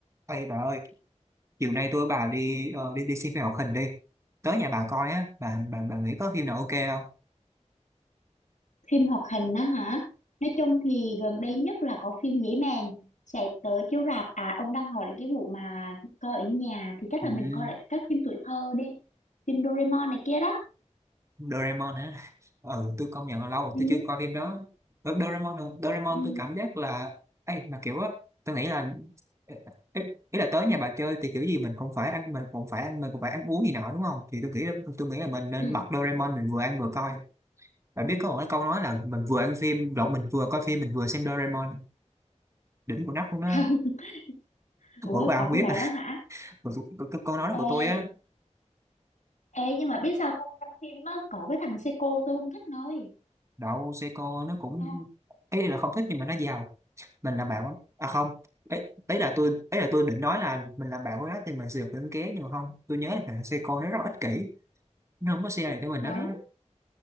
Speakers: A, on the right (about 25°); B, on the left (about 80°).
A: Ê bà ơi, chiều nay tôi với bà đi ờ, đi đi xem phim hoạt hình đi. Tới nhà bà coi á, bà bà bà nghĩ có phim nào ok không?
B: phim hoạt hình á hả nói chung thì gần đây nhất là có phim Dế Mèn sẽ tới chiếu rạp à ông đang hỏi cái vụ mà coi ở nhà thì chắc
A: Ừ,
B: là mình coi lại các phim tuổi thơ đi phim Doraemon này kia đó
A: Doraemon hả? Ừ, tôi công nhận là lâu rồi
B: ừ,
A: tôi chưa coi phim đó. Ờ, Doraemon, hả? Doraemon
B: ừ,
A: tôi cảm giác là ấy mà kiểu á, tôi nghĩ là ý, ý là tới nhà bà chơi thì kiểu gì mình cũng phải ăn mình cũng phải ăn mình cũng phải ăn uống gì nọ đúng không? Thì tôi nghĩ là tôi nghĩ là mình nên
B: ừ.
A: bật Doraemon mình vừa ăn vừa coi. Bà biết có một cái câu nói là mình vừa ăn phim, lộn mình vừa coi phim mình vừa xem Doraemon. Đỉnh của nóc luôn đó.
B: không ủa
A: Ủa bà
B: có
A: không
B: cái
A: biết
B: đó đó hả
A: còn cái, cái, câu nói đó
B: ê
A: của tôi á
B: ê nhưng mà biết sao không trong phim á có cái thằng Seiko tôi không thích nơi
A: đậu Seiko nó cũng
B: không
A: ấy là không thích nhưng mà nó giàu mình là bạn của nó. à không ấy ấy là tôi ấy là tôi định nói là mình làm bạn của nó thì mình sẽ được những ké nhưng mà không tôi nhớ là Seiko nó rất là ích kỷ nó không có share được cho mình
B: đúng
A: đó đó